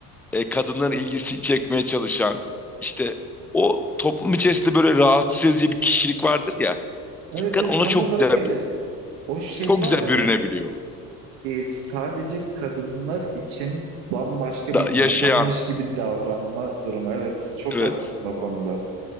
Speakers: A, in the centre; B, on the right.
A: e, kadınların ilgisini çekmeye çalışan, işte o toplum içerisinde böyle rahatsız edici bir kişilik vardır ya.
B: Evet
A: İlkan
B: evet
A: ona
B: tam
A: çok
B: olarak
A: güzel,
B: öyle. O şey
A: çok
B: var
A: güzel
B: yani
A: bürünebiliyor.
B: sadece kadınlar için bambaşka
A: Da,
B: bir insanmış
A: yaşayan,
B: gibi davranma durumu. Evet çok
A: evet.
B: haklısın o konuda.